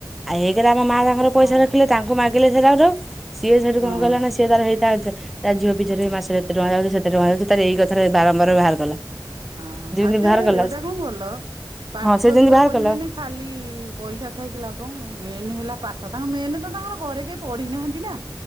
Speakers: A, in the centre; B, on the right.
A: ଆ ଏକେରେ ଆମ ମା ତାଙ୍କର
B: ସେ
A: ପଇସା
B: ହଁ
A: ରଖିଲେ। ତାଙ୍କୁ ମାଗିଲେ ସେ ରାଉ ରାଉ ସିଏ ସେଠୁ
B: ହଁ
A: କଣ କଲାନା ସିଏ ତାର ହେଇତା ତା ଝିଅ ପିଛାରେ ମାସେରେ ଏତେ ଟଙ୍କା ହେଇ ଯାଉଚି ସେତେ ଟଙ୍କା ହେଇ ଯାଉଚି ତାର ଏଇ କଥାରେ ବାରମ୍ବାର ବାହାର କଲା।
B: ହଁ
A: ଯେମିତି
B: ଆଉତେ
A: ବାହାର କଲା
B: ଏଉଡା କଁ ଭଲ ପାଠ
A: ହଁ ସେ ଯେମିତି
B: ଛୁଆ
A: ବାହାର
B: ପଢିବେନି
A: କଲା
B: ଖାଲି ପଇସା ଥାଇକି ଲାଭ କଣ ମେନେ ହେଲା ପାଠ ତାଙ୍କ ମେନ୍ ତ ତାଙ୍କର ଘରେ କେହି ପଢି ନାହାନ୍ତି ନାଁ